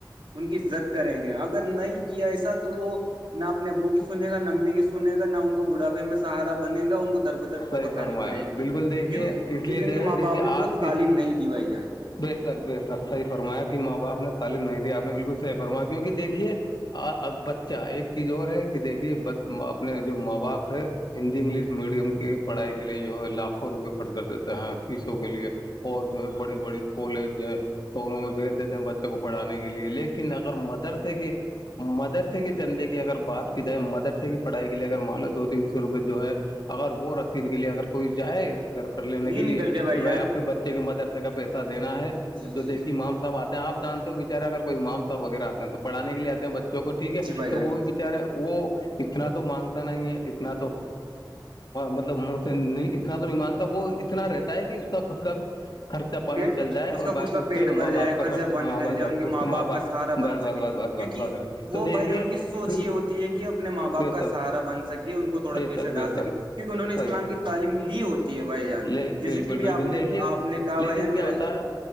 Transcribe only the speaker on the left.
صحیح فرمایا
بالکل دیکھیے
اس
لیے
دیکھیے
آج
کی
بے شک بے شک صحی فرایا کہ ماں باپ نے تعلیم نہیں دیا آپ نے بالکل صحیح فرمایا کیونکہ دیکھیے بچہ ایک چیز اور ہے کہ دیکھیے اپنے جو ماں باپ ہے ہندی انگلش میڈیم کے پڑھائی کے لیے جو ہے لاکھوں روپئے خرچ کر دیتے ہیں فیسوں کے لیے اور جو ہے بڑی بڑی کالج ہے تو انوں میں بھیج دیتے ہیں بچوں کو پڑھانے کے لیے لیکن اگر مدرسے کی مدرسے کے چندے کی اگر بات کی جائے مدرسے کی پڑھائی کے لیے اگر مان لو دو تین سو روپئے جو ہے اگر وہ رسید کے لیے اگر کوئی جائے گھر پر لینے
کے لیے
کہ بھائی
آپ کے بچے مدرسے کا پیسہ دینا ہے
جو دیکھی
مام صاب آتا آپ جانتے ہو بےچارے اگر کوئی مام صاحب وغیرہ آتے ہیں تو پڑانے کےے آتے ہیں بچوں کوٹھیک ہے
تو
وہ بھی بچار ارے وہ اتنا تو مانگتا نہیں ہے اتنا تو مطلب م سے نہیں اتنا تو نہیں مانگتا وہ اتنا رہتا ہے کہ اس کا خود کا خرچہ پانی
چل جائے اور
باقی
کے
ماں
باپ کا
ہاں
بس
بس
اس
بس
بس بس بس
بس وغیرہ
تو دیکھیے
پھر
بے
شک
بے
شک بے
شک
صحیح
لے
بالکل
بالکل
دیکھیے
لیکن
کیا
ہوتا ہے